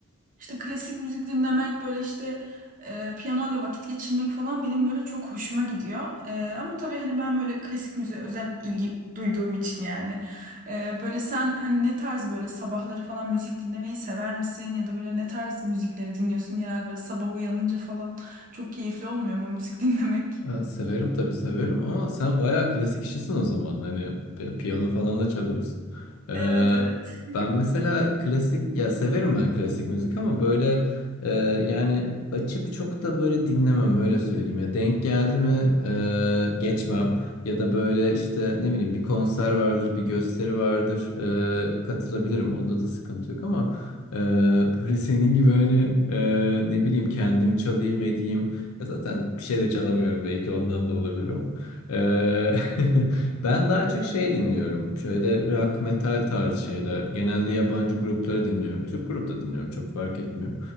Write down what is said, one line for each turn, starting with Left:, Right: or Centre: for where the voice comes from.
Right: işte klasik müzik dinlemek böyle işte e, piyanoyla vakit geçirmek falan benim böyle çok hoşuma gidiyor. E, ama tabii hani ben böyle klasik müziğe özel ilgi duyduğum için yani. E, böyle sen hani ne tarz böyle sabahları falan müzik dinlemeyi sever misin? Ya da böyle ne tarz müzikleri dinliyorsun? Genel böyle sabah uyanınca falan çok keyifli olmuyor mu müzik <laughs> dinlemek?
Left: Ha, severim tabii severim ama sen bayağı klasik işçisin o zaman. Hani pi- piyano falan da çalıyorsun. Ee,
Right: Evet evet.
Left: ben mesela klasik ya severim ben klasik müzik ama böyle e, yani açıp çok da böyle dinlemem öyle söyleyeyim. Ya denk geldi mi e, geçmem ya da böyle işte ne bileyim bir konser vardır bir gösteri vardır e, katılabilirim. Onda da sıkıntı yok ama e, <laughs> böyle senin gibi hani e, ne bileyim kendim çalayım edeyim. Ya Zaten bir şey de çalamıyorum belki ondan da olabilir ama. Ee, <laughs> ben daha çok şey dinliyorum. Şöyle rock, metal tarzı şeyler. Genelde yabancı grupları dinliyorum. Türk grup da dinliyorum çok fark etmiyor.